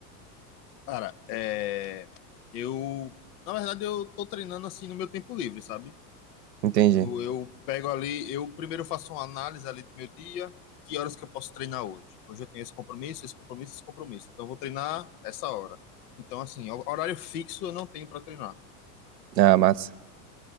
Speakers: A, on the left; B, on the right.
A: Cara, é... eu... Na verdade, eu tô treinando, assim, no meu tempo livre, sabe?
B: Entendi.
A: No- Eu pego ali, eu primeiro faço uma análise ali do meu dia, que horas que eu posso treinar hoje. Hoje eu tenho esse compromisso, esse compromisso, esse compromisso. Então eu vou treinar essa hora. Então, assim, ho- horário fixo eu não tenho para treinar.
B: Ah, massa.